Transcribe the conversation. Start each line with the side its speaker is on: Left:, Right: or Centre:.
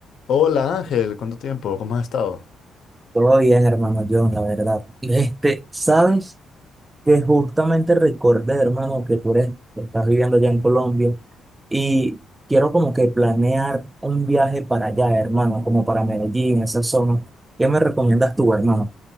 Left: Hola Ángel, ¿cuánto tiempo? ¿Cómo has estado?
Right: Todo bien, hermano John, la verdad. Este, sabes que justamente recordé, hermano, que tú eres, que estás viviendo allá en Colombia y quiero como que planear un viaje para allá, hermano, como para Medellín, esa zona. ¿Qué me recomiendas tú, hermano?